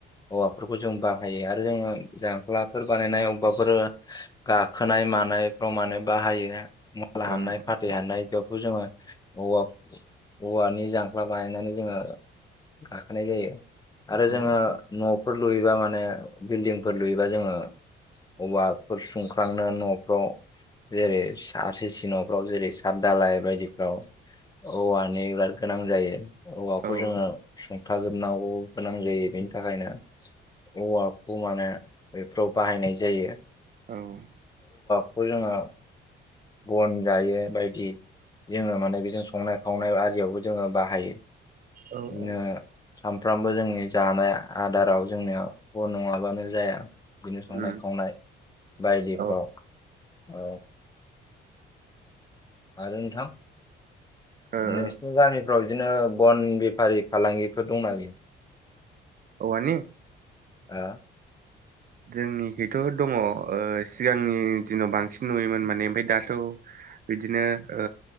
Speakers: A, on the left; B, on the right.
A: औवाफोरखौ जों बाहायो आरो जोङो जाख्लाफोर बानायनाय अबेबाफोर गाखोनायाव मानायफ्राव माने बाहायो मुला
B: औ
A: हानाय
B: नंगौ नोंथां
A: फाथै हानाय बेखौ जोङो औ औवानि जांख्ला बानायनानै जोङो गाखोनाय जायो आरो जोङो
B: औ
A: न' फोरफोर लुयोबा माने बिल्डिंफोर लुयोबा जोङो अबाफोर सुंख्रांनो न'फ्राव जेरै सासि सि न'फ्राव जेरै सात दालाय बायदिफ्राव औवानि बिराद गोनां जायो औवाखौ
B: औ
A: जोङो संथाजोबनांगौ गोनां जायो बेनि थाखायनो औवाखौ माने बेफ्राव बाहायनाय जायो ।
B: औ ।
A: बे खौ जोङो बन जायो बायदि जोङो माने बेजों संनाय खावनाय आरियावबो जोङो बाहायो ।
B: औ
A: बिदिनो
B: औ
A: सामफ्राम सोमबो जोंनि जानाय आदाराव जोंनि बे नङाबानो जाया । बिदिनो संनाय
B: उम
A: खावनाय बायदिफ्राव
B: औ
A: ओ आरो नोंथां
B: ओ
A: नोंसिनि गामिफ्राव बिदिनो बन बेफारि फालांगिफोर दंना गैया?
B: औवानि?
A: ओ ।
B: जोंनिखैथ' दङ ओ सिगांनि दिनाव बांसिन नुयोमोन माने ओमफ्राय दाथ' बिदिनो ओ